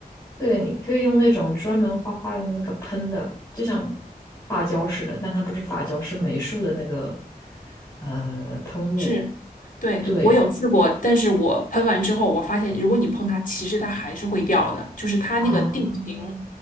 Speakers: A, on the left; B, on the left.
A: 对，你可以用那种专门画画用的那个喷的，就像发胶似的，但它不是发胶，是美术的那个呃喷雾。
B: 是，对，
A: 对
B: 我有试过，但是我喷完之后，我发现如果你碰它，其实它还是会掉的，就是它那个定型
A: 啊，